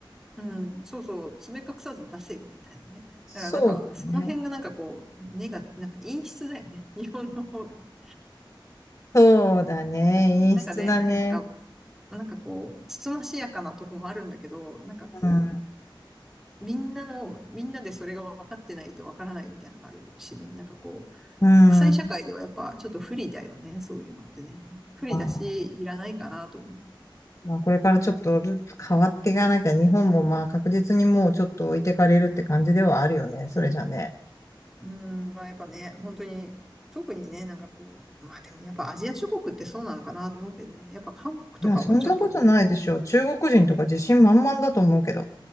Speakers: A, in the centre; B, on the left.
A: うん、そうそう、爪隠さず出せよ、みたいなね。
B: そうだね。
A: だからなんか、その辺がなんかこう、根が、なんか陰湿だよね。<laughs> 日本の方がね。
B: そうだね。陰湿だね。
A: なんかね、なんか、なんかこう、つつましやかなとこもあるんだけど、なんかこう、
B: うん。
A: みんなの、みんなでそれが分かってないと分からないみたいなのがあるしね、なんかこう、
B: うん。
A: 国際社会ではやっぱちょっと不利だよね、そういうのってね。不利だし、
B: まあ。
A: いらないかなと思う。
B: まあ、これからちょっとずつ変わっていかなきゃ、日本もまあ確実にもうちょっと置いてかれるって感じではあるよね。それじゃね。
A: うん、まあやっぱね、本当に、特にね、なんかこう、まあでもやっぱアジア諸国ってそうなのかなと思うけどね、やっぱ韓国とかはちょっと
B: いや、そんなことないでしょ中国人とか自信満々だと思うけど。
A: <laughs>